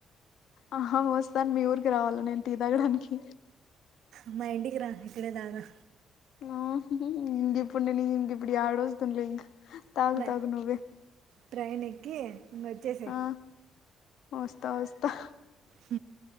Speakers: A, on the left; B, on the right.
A: ఆహా వస్తాను మీ ఊరికి రావాల నేను టీ తగడానికి
B: మ్ మా ఇంటికి రా ఇంకాడే తదా
A: ఆ ఇంక ఇప్పుడుండే న ఇంక ఇప్పుడు ఏడ వస్తుండలే ఇంకా తాగు
B: బ
A: తాగు నువ్వే
B: ట్రైన్ ఎక్కి ఇంగ వచ్చేసే
A: ఆ వస్తా వస్తా
B: హ